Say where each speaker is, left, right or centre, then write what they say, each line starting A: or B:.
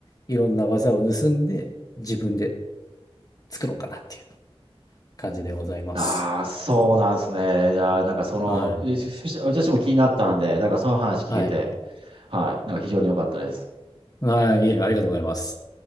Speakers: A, on the left; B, on the right.
A: いろんな技を盗んで、自分で作ろうかなっていう感じでございます。
B: ああ、そうなんですね。いやー、なんかその、
A: はい。
B: えしし私も気になったんで、なんかその話聞けて、
A: はい。
B: はい。なんか非常に良かったです。
A: はい。いえ、ありがとうございます。